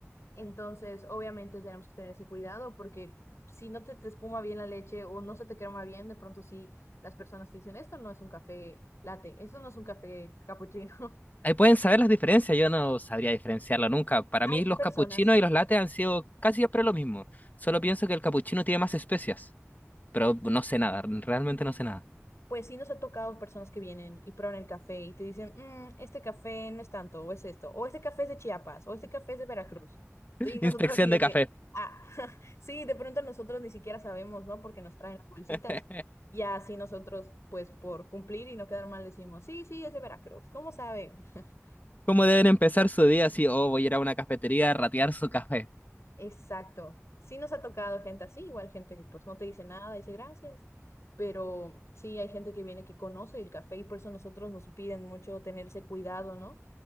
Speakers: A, on the left; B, on the left.
A: Entonces, obviamente tenemos que tener ese cuidado porque si no te, te espuma bien la leche o no se te crema bien, de pronto sí las personas te dicen, esto no es un café latte, esto no es un café capuchino. <laughs>
B: Ahí pueden saber las diferencias, yo no sabría diferenciarlo nunca. Para
A: Hay
B: mí los
A: personas.
B: capuchinos y los lates han sido casi siempre lo mismo. Solo pienso que el capuchino tiene más especias, pero no sé nada, realmente no sé nada.
A: Pues sí nos ha tocado personas que vienen y prueban el café y te dicen, "Mm, este café no es tanto, o es esto, o este café es de Chiapas, o este café es de Veracruz.
B: <laughs>
A: Y nosotros
B: Inspección
A: así
B: de
A: de
B: café.
A: que, ah, <laughs> sí, de pronto nosotros ni siquiera sabemos, ¿no? Porque nos traen las bolsitas.
B: <laughs>
A: Y así nosotros, pues por cumplir y no quedar mal, decimos, sí, sí, es de Veracruz, ¿cómo sabe? <laughs>
B: ¿Cómo deben empezar su día si, oh, voy a ir a una cafetería a ratear su café?
A: Exacto. Sí nos ha tocado gente así, igual gente que pues no te dice nada, dice gracias, pero sí hay gente que viene que conoce el café y por eso nosotros nos piden mucho tenerse cuidado, ¿no?